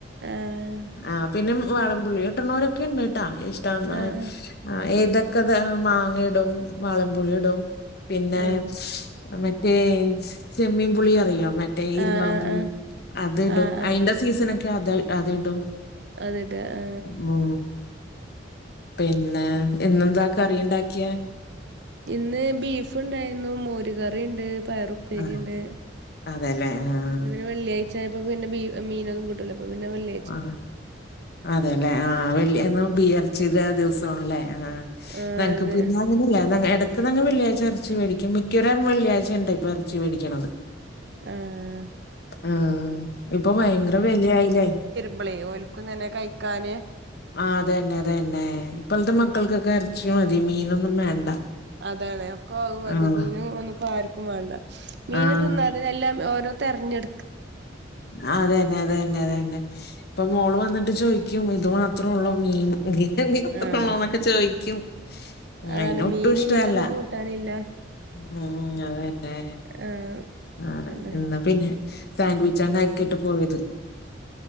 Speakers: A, on the right (about 60°); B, on the left (about 55°).
A: ഏഹ്
B: ആഹ് പിന്നെ വാളംപുളി ഇട്ടണോരൊക്കെ ഒണ്ട്ട്ടോ ഇഷ്ടമാ
A: ആഹ്
B: ആഹാ ഏതെക്കെ ത മാങ്ങയിടും വളമ്പുളിയിടും പിന്നെ
A: ആഹ് ആഹ്
B: മെ റ്റേ ച് ചെമ്മീൻപുളി അറിയൊ മറ്റേ ഇരുമ്പാംപുളി
A: ആഹ് ആഹ്
B: അത്ടും
A: ആഹ് ആഹ്
B: അയിന്റെ സീസണക്കെ അത അതിടും
A: അതിട്വാ ആ
B: മ് പിന്നെ ഇന്നെന്താക്കറിയുണ്ടാക്കിയെ
A: ഇന്ന് ബീഫ്ണ്ടാരുന്നു മോരുകറിണ്ട് പയറുപ്പേരിണ്ട്
B: ആ, അതെല്ലേ ആഹ
A: ഇന്ന് പിന്നെ വെള്ളിയാഴ്ചായപ്പ പിന്നെ ബീ മീനൊന്നും കിട്ടുല അപ്പ പിന്നെ വെള്ളി
B: അഹ് അതെല്ലേ ആഹാ വെള്ളി എന്നും ബിയർ ചിതെ ദിവസണല്ലേ ആഹാ
A: ആഹ്
B: വേൾകപ്പ്
A: അതെ
B: ഞാ ഇന്നലെ ഇല്ലാരെന്ന് ന്നങ്ങ് ഇടക്ക് ന്നങ്ങ് വെള്ളിയാഴ്ച എറച്ചി മേടിക്കും മിക്കവര് ആരും വെള്ളിയാഴ്ചാണ് ണ്ട് ടൈപ്പ് എറച്ചി മേടിക്കണത്.
A: ആഹാ
B: ആഹ് ഇപ്പൊ വയങ്കര വെലയായില്ലേ
A: മ്പളെ ഓൽക്കും തന്നെ കഴിക്കാന്
B: ആഹാ അതന്നെ അതന്നെ ഇപ്പൾത്തെ മക്കൾക്കെക്കെ എറച്ചി മതി മീനൊന്നും വേണ്ട
A: അതെയതെ ഒക്കെ ആവുമതി
B: ആഹ്
A: മീനും ഒന്നിപ്പോ ആര്ക്കും വേണ്ട മീന്
B: ആഹ്
A: തിന്നാതിനെല്ലാം ഓരോ തെരഞ്ഞെട്
B: ആഹ് അതെ അതെന്നെ അതെന്നെ ഇപ്പൊ മോള് വന്നിട്ട് ചോയിക്കും ഇത് മാത്രള്ളൂ മീൻ <unintelligible>
A: ആഹ്
B: ഉള്ളോന്നൊക്കെ ചോയിക്കും ഉം
A: അതാണ്
B: അയിന് ഒട്ടും
A: മീനില്ലെങ്കി
B: ഇഷ്ടല്ല
A: അന്ന് കൂട്ടാനില്ല
B: ഉം അതന്നെ
A: ആഹ്
B: ആഹ്
A: അതാണ്
B: ഇന്ന് പിന്നെ സാൻവി ചേണാക്കിട്ട് പോയത്